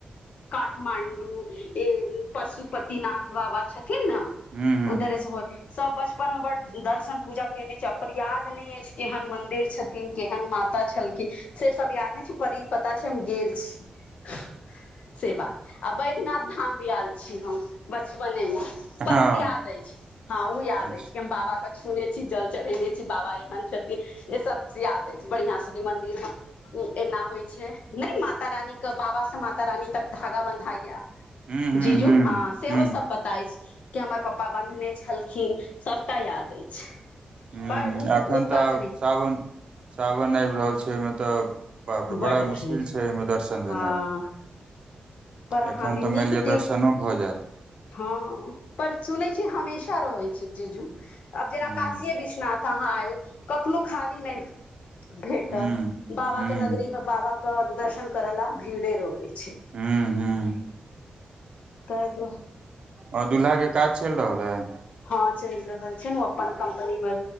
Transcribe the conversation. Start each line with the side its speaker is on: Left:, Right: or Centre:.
Left: काठमांडूमे पशुपतिनाथ बाबा। छथिन ने,
Right: हूँ
Left: उधरहि सँ। सभ बचपनमे बड़ दर्शन पूजा केने छी, पर याद नहि अछि केहन मन्दिर छथिन। केहन माता छलखिन से सब याद नहि छै पर ई पता छै हम गेल छी
Right: नही
Left: हँ, बैद्यनाथ धाम सेहो बचपनेमे गेल छी। पर
Right: हँ
Left: उ याद अछि हँ उ याद
Right: अच्छा
Left: अछि कि हम बाबा छूने छी, जल चढ़ेने छी बाबा। एहन छथिन जे सब याद अछि, बढ़िआँ से मन्दिर मे। एना होइ छै ने, माता रानीक सँ बाबा धरि खागा बन्हाइ?
Right: हूँ हूँ
Left: जीजू
Right: हूँ
Left: हँ सेहो
Right: हूँ
Left: सभ पता अछि के हमर पापा बन्हने छलखिन, सबटा याद अछि। दै छै,
Right: हूँ
Left: पर ओ
Right: एखन
Left: ओतऽ
Right: तऽ आब
Left: के नै
Right: सावन सावन आबि रहल छै ओहिमे तऽ बाप रे
Left: बड्ड
Right: बड़ा मुश्किल
Left: भीड़
Right: छै ओहिमे दर्शन
Left: हँ
Right: भेनाइ
Left: पर अहाँ
Right: एखन
Left: भी
Right: तऽ
Left: नीक
Right: मानि लिअऽ,
Left: तीर्थ
Right: दर्शन भऽ जाएत
Left: हँ पर सुनै छी हमेशा रहै छै चीजू आब जेना
Right: ह्म
Left: काशीे विश्वनाथ हाँ आय कखनो खाली नहि भेटत
Right: ह्म
Left: बाबा
Right: ह्म
Left: के नगरी मे बाबा कऽ दर्शन करै ल। भीड़े रहबै छै।
Right: ह्म ह्म
Left: तैय दु
Right: आ दुल्हा के काज चलि रहल हइ
Left: हँ, चलि रहल छै ने। ओ अपन कम्पनीमे